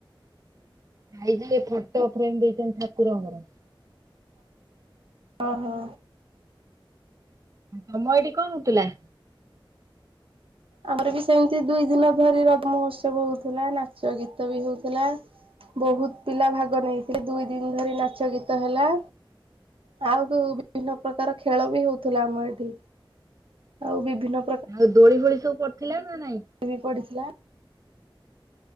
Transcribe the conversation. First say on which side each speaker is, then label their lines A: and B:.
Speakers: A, on the right; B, on the right.
A: ଖାଇ ଦେଲେ ଫୋଟୋ ଫ୍ରେମ ଦିଟା ଠାକୁରଙ୍କର।
B: ଓ ହୋ।
A: ତମ ଏଠି କଣ ହଉଥିଲା।
B: ଆମର ବି ସେମିତି ଦୁଇ ଦିନ ଧରି ରଜ ମହୋତ୍ସବ ହଉଥିଲା ନାଚ ଗୀତ ବି ହଉଥିଲା। ବହୁତ ପିଲା ଭାଗ ନେଇଥିଲେ ଦୁଇ ଦିନ ଧରି ନାଚ ଗୀତ ହେଲା। ନା ଆଉ କୋଉ ବିଭିନ୍ନ ପ୍ରକାର ଖେଳ ବି ହଉଥିଲା ଆମ ଏଠି। ଆଉ ବିଭିନ୍ନ
A: ଆଉ ଦୋଳି ଫୋଳି ସବୁ ପଡିଥିଲା ନା ନାଇଁ।
B: ଳି ପଡିଥିଲା।